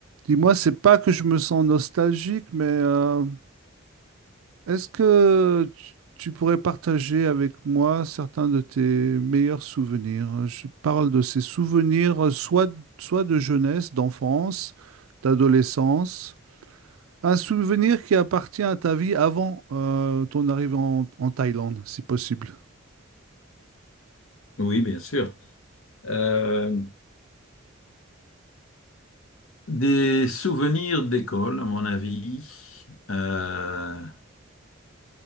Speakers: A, on the right (about 80°); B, on the left (about 75°).
A: Dis-moi, c'est pas que je me sens nostalgique, mais euh, est-ce que tu tu pourrais partager avec moi certains de tes meilleurs souvenirs? Je parle de ces souvenirs, euh, soit, soit de jeunesse, d'enfance, d'adolescence, un souvenir qui appartient à ta vie avant euh, ton arrivée en, en Thaïlande, si possible.
B: Oui, bien sûr. Euh, des souvenirs d'école, à mon avis. Euh,